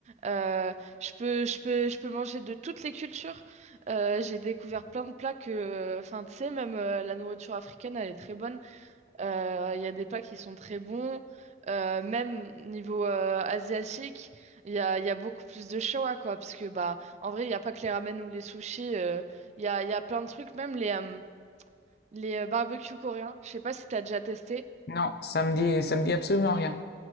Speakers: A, on the right; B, on the left.
A: Euh, je peux, je peux, je peux manger de toutes les cultures. Euh, j'ai découvert plein de plats que, enfin, tu sais, même euh, la nourriture africaine, elle est très bonne. Euh, Il y a des plats qui sont très bons. Euh, même niveau euh, asiatique, il y a, il y a beaucoup plus de choix, quoi. Parce que, bah, en vrai, il n'y a pas que les ramen ou les sushis. euh, Il y a, il y a plein de trucs, même les, euh, les euh, barbecues coréens. Je sais pas si tu as déjà testé.
B: Non, ça me dit, ça me dit absolument rien.